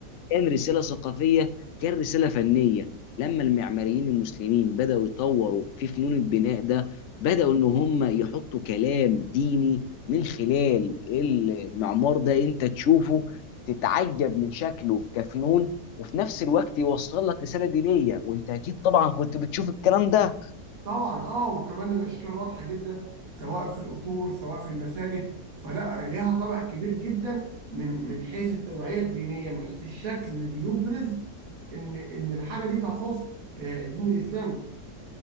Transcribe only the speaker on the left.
كان رسالة ثقافية كان رسالة فنية لما المعماريين المسلمين بدأوا يطوروا في فنون البناء ده بدأوا إن هم يحطوا كلام ديني من خلال المعمار ده أنت تشوفه تتعجب من شكله كفنون وفي نفس الوقت يوصل لك رسالة دينية وأنت أكيد طبعا كنت بتشوف الكلام ده